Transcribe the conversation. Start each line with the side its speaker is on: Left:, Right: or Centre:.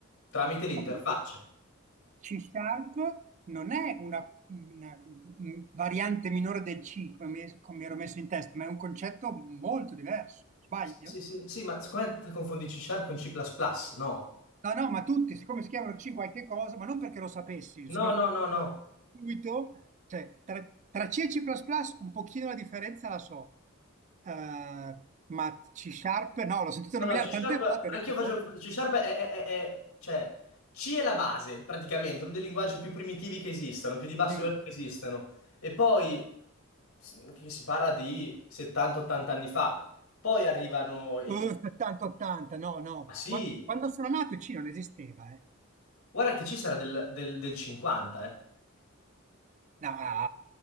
Left: tramite l'interfaccia.
Right: Ma quindi C Sharp non è una, una- un- variante minore del C, come mi, come mi ero messo in testa, ma è un concetto molto diverso. Sbaglio?
Left: Sì, sì, sì, sì, ma secondo me te confondi C Sharp con C++, no?
Right: No, no, ma tutti, siccome si chiamano C qualche cosa, ma non perché lo sapessi,
Left: No,
Right: <laughs> sono
Left: no, no, no.
Right: subito, cioè, tra, tra C e C++ un pochino la differenza la so, Eh, ma C Sharp no, l'ho sentito
Left: No,
Right: nominare
Left: no, C
Right: tante
Left: Sharp,
Right: volte, ho detto,
Left: anch'io faccio
Right: boh,
Left: C Sharp è, è- è- è- cioè, C è la base, praticamente, uno dei linguaggi più primitivi che esistano, più di basso
Right: sì,
Left: livello
Right: sì.
Left: che esistano. E poi, s- che si parla di 70-80 anni fa, poi arrivano i...
Right: Uh, 70-80, no, no.
Left: Ah, sì,
Right: Qua- Quando sono nato il C non esisteva, eh.
Left: guarda che C sarà del, del- del 50, eh.
Right: No, ma